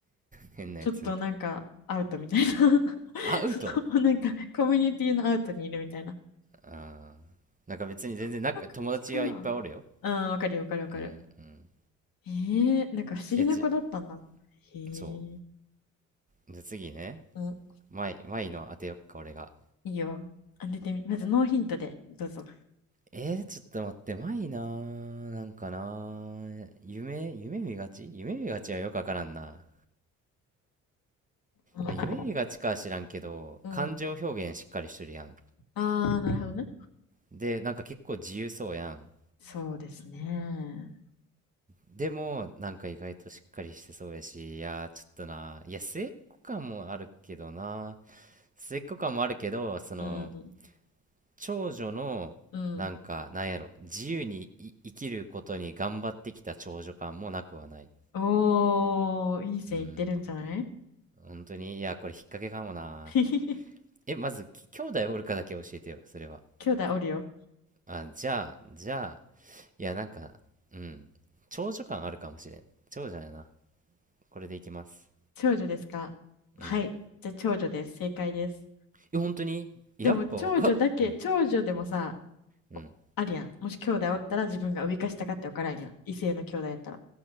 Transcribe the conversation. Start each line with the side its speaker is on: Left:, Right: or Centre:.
Right: <laughs> 変なやつ
Left: ちょっとなんか、アウトみたいな。
Right: アウト
Left: <laughs> その、なんか、コミュニティのアウトにいるみたいな。
Right: あーなんか別に全然なんか友達がいっぱいおるよ
Left: そんな感じかな。うん、わかるよ、わかるわかる。
Right: うんうん
Left: へえ、なんか不思議な子だったんだ。
Right: えじゃ
Left: へ
Right: そ
Left: え、
Right: うじゃあ次ね
Left: うん、
Right: マイ、マイの当てよっか俺が
Left: いいよ。当ててみ、まずノーヒントで、どうぞ。
Right: えー、ちょっと待って、マイなー、なんかなー、夢、夢見がち夢見がちはよくわからんな。
Left: うん、
Right: 夢見がちかは知らんけど、
Left: あ、うん。
Right: 感情表現しっかりしとるやん。
Left: あー、なるほどね。
Right: で、なんか結構自由そうやん。
Left: そうですね。
Right: でも、なんか意外としっかりしてそうやし、いやー、ちょっとなー、いや、末っ子感もあるけどな、末っ子感もあるけど、その、
Left: うん、
Right: 長女の、
Left: うん。
Right: なんか、なんやろ、自由にい生きることに頑張ってきた長女感もなくはない。
Left: おー、いい線いってるんじゃない
Right: うん。本当にいや、これ引っ掛けかもな。
Left: <laughs>
Right: え、まず、き兄弟おるかだけ教えてよ、それは。
Left: 兄弟おるよ。
Right: あ、じゃあ、じゃあ、いや、なんか、うん。長女感あるかもしれん。長女やな。これでいきます。
Left: 長女ですかはい。
Right: うん。
Left: じゃあ長女です。正解です。
Right: え、本当にやっぱわかうん。
Left: でも長女だけ、長女でもさ、
Right: うん。
Left: おあるやん。もし兄弟おったら自分が上か下かって分からんやん。異性の兄弟やったら。